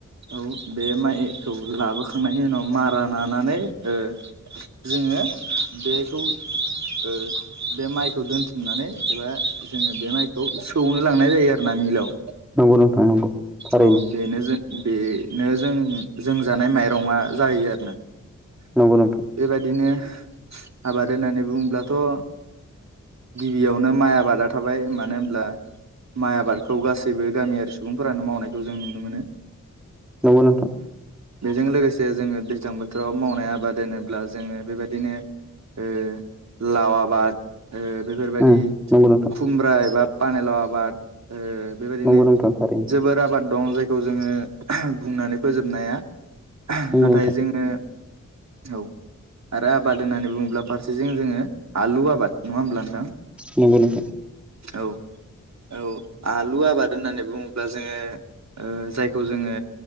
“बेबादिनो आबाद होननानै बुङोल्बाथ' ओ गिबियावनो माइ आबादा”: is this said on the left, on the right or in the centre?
Right